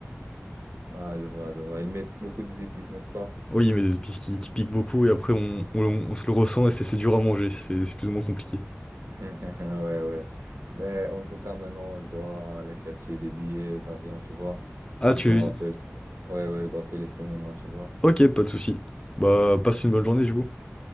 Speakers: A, on the right (about 65°); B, on the left (about 20°).
A: Ah, je vois, je vois. Ils mettent beaucoup d'épices n'est-ce pas?
B: Oui, mais des épices qui, qui piquent beaucoup et après on, on- on se le ressent et c'est c'est dur à manger, c'est c'est plus ou moins compliqué.
A: <laughs> Ouais, ouais. Mais en tout cas, maintenant, je dois aller chercher des billets d'avion, tu vois.
B: Ah,
A: Je
B: tu...
A: dois te... Ouais, ouais, je dois te laisser maintenant, tu vois.
B: Ok, pas de souci. Bah, passe une bonne journée du coup.